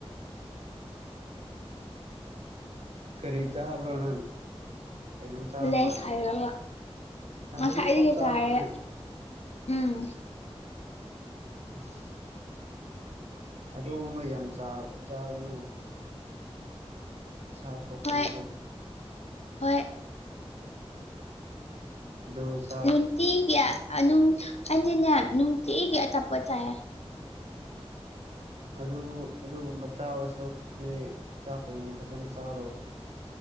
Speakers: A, on the right (about 85°); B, on the left (about 80°).
A: ꯀꯔꯤ ꯆꯥꯕ꯭ꯔꯣ ꯅꯪ ꯀꯩꯅꯣꯝ ꯆꯥꯕ
B: ꯂꯩꯦꯁ
A: ꯃꯥꯜꯂꯦ
B: ꯍꯥꯏꯔꯕ ꯉꯁꯥꯏꯗꯤꯗꯒꯤ
A: ꯍꯧꯖꯤꯛ ꯐꯥꯎ ꯆꯥꯕ꯭ꯔꯅꯦ
B: ꯆꯥꯔꯦ ꯎꯝ
A: ꯑꯁ ꯑꯗꯨ ꯑꯃ ꯌꯥꯝ ꯆꯥꯛ ꯆꯥꯒꯅꯨ ꯏꯁꯥ ꯁꯣꯛꯀꯅꯤꯒꯣ
B: ꯍꯣꯏ ꯍꯣꯏ
A: ꯗꯣꯁ
B: ꯅꯨꯡꯇꯤꯒꯤ ꯑꯥꯅꯨꯡ ꯑꯅꯤꯅꯦ ꯅꯨꯡꯇꯤꯒꯤ ꯑꯆꯥꯄꯣ ꯆꯥꯏ
A: ꯑꯗꯨ ꯑꯗꯨꯒꯨꯝꯕ ꯆꯥꯕ ꯁꯔꯨꯛꯇꯤ ꯆꯥꯛꯀꯥ ꯑꯣꯏꯅ ꯐꯖꯅ ꯆꯥꯔꯣ